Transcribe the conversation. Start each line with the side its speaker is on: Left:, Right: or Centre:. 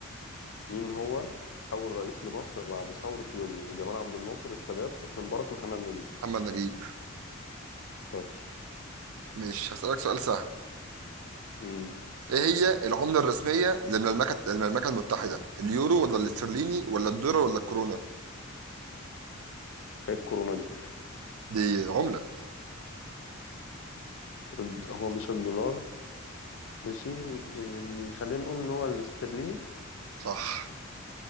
Left: مين هو أول رئيس لمصر بعد ثورة يوليو جمال عبد الناصر السادات حسني مبارك محمد نجيب
Right: محمد نجيب
Left: شاطر
Right: ماشي هسألك سؤال سهل
Left: امم
Right: إيه هي العملة الرسمية للمملكة المملكة المتحدة اليورو ولا الاسترليني ولا الدولار ولا الكورونا
Left: إيه الكورونا دي
Right: دي عملة
Left: الد- هو مش الدولار ماشي يعني خلينا نقول إن هو الاسترليني
Right: صح